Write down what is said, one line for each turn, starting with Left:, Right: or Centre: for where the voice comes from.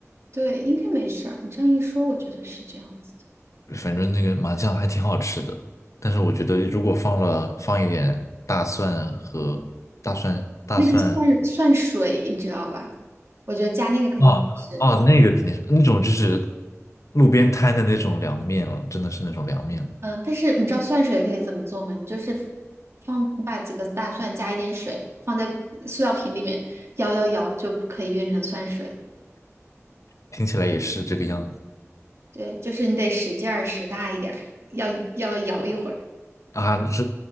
Right: 对，应该没事儿。你这样一说，我觉得是这样子的。
Left: 反正那个麻酱还挺好吃的，但是我觉得如果放了放一点大蒜和大蒜大蒜
Right: 那个蒜蒜水，你知道吧？我觉得加那个肯定好吃。
Left: 哦哦，那个肯定是那种就是路边摊的那种凉面了，真的是那种凉面了，
Right: 嗯、但是你知道蒜水可以怎么做吗？你就是放，你把几个大蒜加一点水，放在塑料瓶里面摇摇摇，就可以变成蒜水了。
Left: 听起来也是这个样子
Right: 对，就是你得使劲儿使大一点儿，要要摇一会儿。
Left: 啊，是